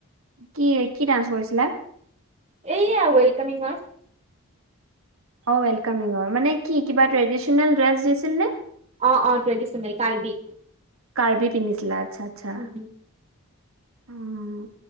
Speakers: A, on the right (about 70°); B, on the right (about 30°).
A: কি কি ডান্স কৰিছিলা?
B: এয়া ৱেলকমিংৰ।
A: অ ৱেলকামিং অ মানে কি কিবা ট্ৰেডিচনেল ড্ৰেছ দিছিল নে?
B: অ অ ট্ৰেডিচনেল, কাৰ্বি।
A: কাৰ্বি পিন্ধিছিলা। আচ্ছা আচ্ছা।
B: উম।
A: উম